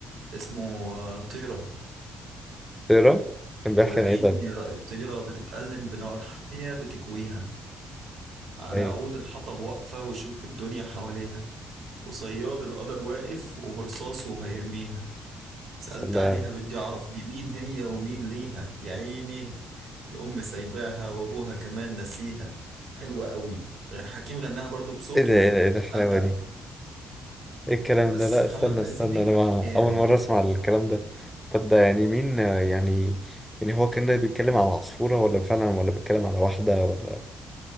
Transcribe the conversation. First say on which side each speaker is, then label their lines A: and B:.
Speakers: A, on the right (about 65°); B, in the centre.
A: اسمه آه، طيرة
B: ترى كان
A: بقول
B: بيحكي
A: عيني
B: عن ايه طيب
A: الطيرة بتتألم بنار حامية بتكويها على
B: ايه
A: عود الحطب واقفة وشوك الدنيا حواليها وصياد القدر واقف وبرصاصه هيرميها سألت
B: سلام
A: عليها بدي أعرف دي مين هي ومين ليها يا عيني الأم سايباها وأبوها كمان نسيها حلوة قوي حكيم غناها برضو بصوته
B: ايه ده ايه ده ايه الحلاوه
A: أبدع
B: دي
A: فيه
B: ايه الكلام
A: بس
B: ده لا
A: محمد
B: استنى
A: العزبي
B: استنى انا مع-
A: جامد
B: اول مره اسمع الكلام ده طب ده يعني مين آه، يعني يعني هو كان بيتكلم على عصفوره ولا فعلا ولا بيتكلم على واحده ولا